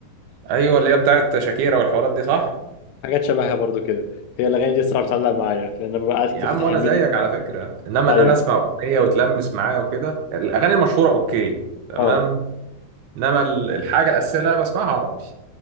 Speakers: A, on the right; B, on the left.
A: ايوه اللي هي بتاعت شاكيرا والحوارات دي صح
B: حاجات شبهها برضو كده هي الاغاني دي الصراحه بتعلق معايا لان انا ببقى قاعد كتير
A: يا عم
B: فاتح
A: وانا
B: المنيو
A: زيك على فكره انما
B: ايوه
A: ان انا اسمع اغنيه وتلمس معايا وكده الاغاني المشهوره اوكي تمام
B: اه
A: انما ال- الحاجه الاساسيه اللي انا بسمعها عربي